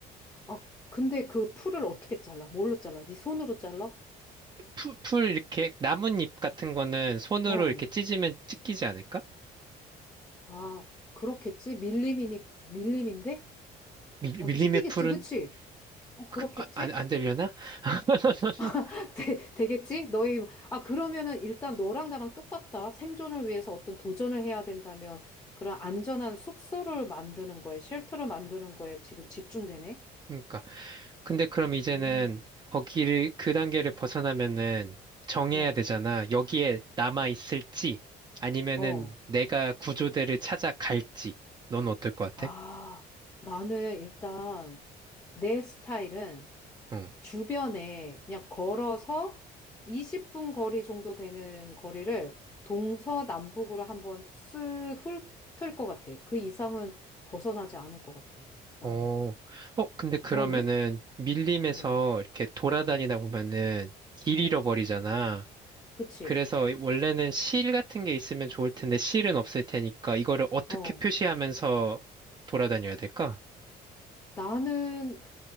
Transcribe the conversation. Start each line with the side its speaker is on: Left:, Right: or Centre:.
Left: 아, 근데 그 풀을 어떻게 잘라? 뭘로 잘라? 네 손으로 잘라?
Right: 풀, 풀 이렇게 나뭇잎 같은 거는 손으로
Left: 어.
Right: 이렇게 찢으면 찢기지 않을까?
Left: 아, 그렇겠지? 밀림이니, 밀림인데?
Right: 밀,
Left: 어,
Right: 밀림의
Left: 찍히겠지,
Right: 풀은
Left: 그치? 어, 그렇겠지?
Right: 그, 아, 안, 안 되려나? <laughs>
Left: <laughs> 되, 되겠지? 너희, 아, 그러면은 일단 너랑 나랑 똑같다. 생존을 위해서 어떤 도전을 해야 된다면 그런 안전한 숙소를 만드는 거에, 쉘터를 만드는 거에 지금 집중되네?
Right: 그러니까. 근데 그럼 이제는
Left: 음.
Right: 거기를 그 단계를 벗어나면은 정해야
Left: 어,
Right: 되잖아. 여기에 남아 있을지 아니면은
Left: 어.
Right: 내가 구조대를 찾아갈지. 넌 어떨 것 같아?
Left: 아, 나는 일단 내 스타일은
Right: 응.
Left: 주변에 그냥 걸어서 20분 거리 정도 되는 거리를 동서남북으로 한번 쓱 훑을 것 같아. 그 이상은 벗어나지 않을 것 같아. 나는.
Right: 어. 어, 근데 그러면은
Left: 너는?
Right: 밀림에서
Left: 응,
Right: 이렇게 돌아다니다
Left: 어,
Right: 보면은 길
Left: 어.
Right: 잃어버리잖아.
Left: 그치?
Right: 그래서 원래는 실 같은 게 있으면 좋을 텐데 실은 없을 테니까 이거를 어떻게
Left: 어.
Right: 표시하면서 돌아다녀야 될까?
Left: 나는,